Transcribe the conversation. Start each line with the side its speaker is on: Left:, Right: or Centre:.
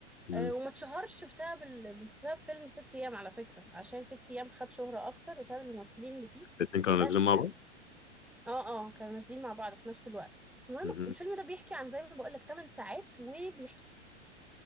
Left: مم.
Centre: آه، وما اتشهرش بسبب ال... بسبب فيلم ست ايام على فكره عشان ست ايام خد شهره اكتر بسبب الممثلين اللي فيه
Left: الاتنين كانوا
Centre: بس
Left: نازلين مع بعض
Centre: اه اه كانوا نازلين مع بعض في نفس الوقت المهم
Left: مم.
Centre: الفيلم ده بيحكي عن زي ما بقولك 8 ساعات وبيحكي